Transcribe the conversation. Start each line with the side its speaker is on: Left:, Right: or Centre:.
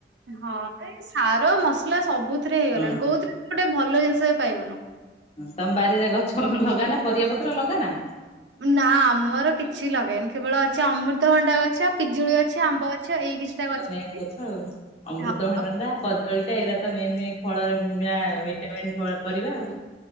Right: ହଁ ଏ ସାର ମସଲା ସବୁଥିରେ ହେଇଗଲାଣି
Left: ହଁ
Right: କୋଉଥିରେ ଗୋଟେ ଭଲ ଜିନିଷ ବି ପାଇବୁନେହୁଁ।
Left: ତମ ବାରିରେ ଗଛ ଫଛ ଲଗାନା ପରିବା ପତ୍ର ଲଗାନା?
Right: ନା ଆମର କିଛି ଲଗେଇନି କେବଳ ଅଛି ଅମୃତଭଣ୍ଡା ଗଛ। ପିଜୁଳି ଗଛ ଆମ୍ବ ଗଛ ଏଇ କିଛିଟା ଗଛ। ଅଛି
Left: ଫାଇନି ଗଛ ଆଉ। ଅମୃତଭଣ୍ଡାଟା
Right: ହଁ ଆଉ
Left: କଦଳୀଟା ଏଗୁରା ତ ମେନେ ଫଳ ଭିଟାମିନ୍ ପରିବା ଆଉ।